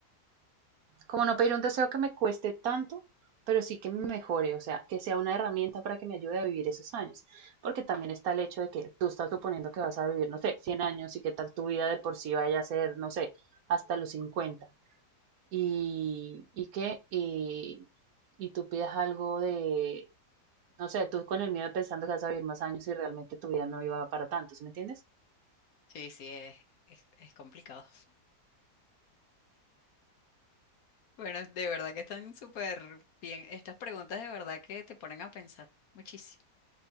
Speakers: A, on the right; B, on the left.
A: como no pedir un deseo que me cueste tanto, pero sí que me mejore, o sea, que sea una herramienta para que me ayude a vivir esos años. Porque también está el hecho de que tú estás suponiendo que vas a vivir, no sé, 100 años y que tal tu vida de por sí vaya a ser, no sé, hasta los cincuenta Y, y que, y, y tú pidas algo de No sé, tú con el miedo pensando que vas a vivir más años y realmente tu vida no iba para tanto, ¿sí me entiendes?
B: Sí, sí, es, es, es complicado. Bueno, de verdad que están súper bien. Estas preguntas de verdad que te ponen a pensar muchísimo.